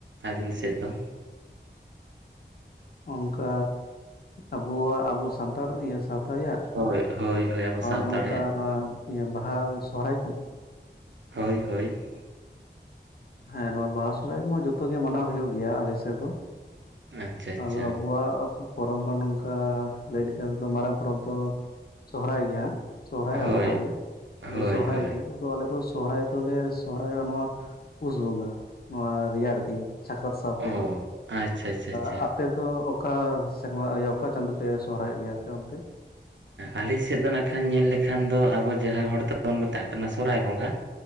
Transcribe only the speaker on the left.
ᱚᱱᱠᱟ ᱟᱵᱚᱣᱟᱜ ᱟᱵᱚ ᱥᱟᱱᱛᱟᱲ ᱤᱭᱟᱹ ᱥᱛᱟᱲᱟᱜ ᱟᱨ
ᱱᱚᱝᱠᱟ
ᱱᱚᱣᱟ ᱵᱟᱦᱟ ᱥᱚᱦᱨᱟᱭ ᱠᱚ
ᱦᱮᱸ ᱱᱚᱣᱟ ᱵᱟᱦᱟ ᱥᱚᱦᱚᱨᱟᱭ ᱠᱚᱢᱟ ᱡᱚᱛᱚ ᱜᱮ ᱢᱟᱱᱟᱣ ᱦᱩᱭᱩᱜ ᱜᱮᱭᱟ ᱟᱞᱮ ᱥᱮᱫ ᱫᱚ ᱾
ᱟᱫᱚ ᱟᱵᱚᱣᱟᱜ ᱯᱚᱨᱚᱵ ᱢᱟ ᱱᱚᱝᱠᱟ ᱞᱟᱹᱭ ᱞᱮᱠᱟ ᱛᱮᱫᱚ ᱢᱟᱨᱟᱝ ᱯᱚᱨᱚᱵᱽ ᱫᱚ ᱥᱚᱦᱨᱟᱭ ᱜᱮ ᱦᱟᱸᱜ ᱾ ᱥᱚᱦᱨᱟᱭ
ᱟᱨ ᱵᱟᱦᱟ ᱜᱮ ᱟᱫᱚ
ᱥᱚᱦᱨᱟᱭ
ᱜᱮ ᱟᱞᱮ ᱫᱚ ᱥᱚᱦᱨᱟᱭ ᱫᱚ ᱞᱮ ᱥᱚᱦᱟᱭᱚᱜ ᱱᱚᱣᱟ ᱯᱩᱥ ᱵᱚᱸᱜᱟ ᱱᱚᱣᱟ ᱨᱮᱭᱟᱲ ᱫᱤᱱ ᱥᱟᱠᱨᱟᱛ ᱥᱟᱶᱛᱮ
ᱟᱨ ᱟᱯᱮ ᱫᱚ ᱚᱠᱟ ᱥᱮᱨᱢᱟ ᱚᱠᱟ ᱪᱟᱸᱫᱳ ᱯᱮ ᱥᱚᱦᱨᱟᱭᱚᱜ ᱜᱮᱭᱟ ᱟᱯᱮ ᱚᱱᱛᱮ?